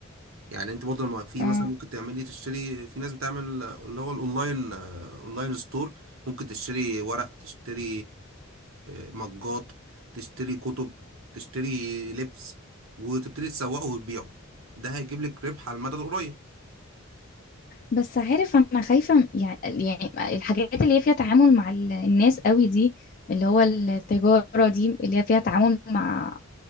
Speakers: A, on the right; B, on the left.
A: يعني انت برضه لما في
B: اه
A: مثلا ممكن تعملي تشتري في ناس بتعمل اللي هو الاونلاين آه، اونلاين ستور ممكن تشتري ورق تشتري آه، مجات تشتري كتب تشتري لبس وتبتدي تسوقه وتبيعه ده هيجيب لك ربح على المدى القريب
B: بس عارف أنا خايفة م- يعني يعني الحاجات اللي هي فيها تعامل مع ال- الناس قوي دي اللي هو التجارة دي اللي هي فيها تعامل مع